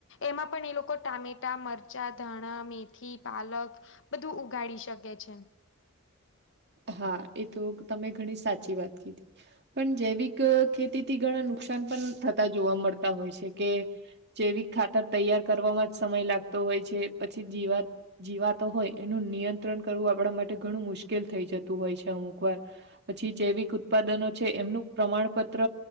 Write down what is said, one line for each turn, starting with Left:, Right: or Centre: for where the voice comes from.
Left: એમાં પણ એ લોકો ટામેટ મરચા, ધાણા, મેથી, પાલક બધું ઉગાડી શકે છે.
Right: હા એ તો તમે ઘણી સાચી વાત કીધી. પણ જૈવિક ખેતીથી ઘણા નુકસાન પણ થતા જોવા મળતા હોય છે કે. જૈવિક ખાતર તૈયાર કરવામાં જ સમય લાગતો હોય છે પછી જીવાત. જીવાતો હોય એનું નિયંત્રણ કરવું આપ આપણા માટે ઘણું મુશ્કેલ થઈ જતું હોય છે અમુક વાર પછી જેૈવિક ઉત્પાદનો છે એમનું પ્રમાણપત્ર